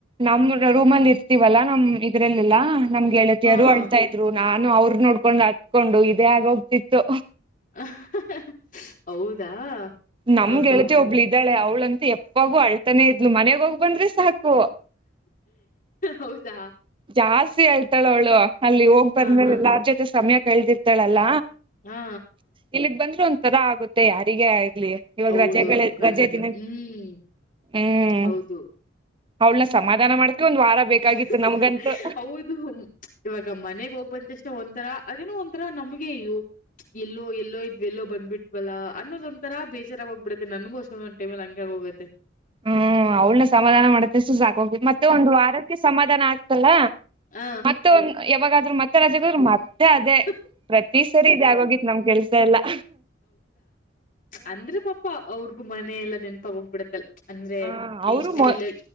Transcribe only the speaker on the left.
ಹಾ
ಹ ಹೌದಾ
ಹ ಹಾ
ಹೌದಾ
ಹ ಹಾ
ಹಾ
ಹೌದೌದು
ಖಂಡಿತ
ಹ್ಮ್
ಹೌದು
<unintelligible>
ಹೌದು ಇವಾಗ ಮನೆಗ್ ಹೋಗ್ಬಂತಷ್ಟೆ ಒಂಥರ ಅದನ ಒಂಥರಾ ನಮ್ಗೆ ಅ ಎಲ್ಲೋ ಎಲ್ಲೋ ಇದ್ವಿ ಎಲ್ಲೋ ಬಂದ್ಬಟ್ವಲ್ಲಾ ಅನ್ನೋದ ಒಂಂತರ ಬೇಜಾರಾಗ ಹೋಗ್ಬ ಬಿಡತ್ತೆ ನನ್ಗೋಸ ಟೇಬಲ್ ಹಂಗ ಹೋಗುತ್ತೆ
ಹ
ಹ.
ಅಂದ್ರ ಪಾಪ ಪಾ ಅವ್ರಗು ಮನೆ ಎಲ್ಲಾ ನೆನಪ ಹೋಗ್ಬಿಡತ್ತಲ್ಲ ಅಂದ್ರೆ
ಈಷ್ಟೀ
ಎಲ್ಲೆ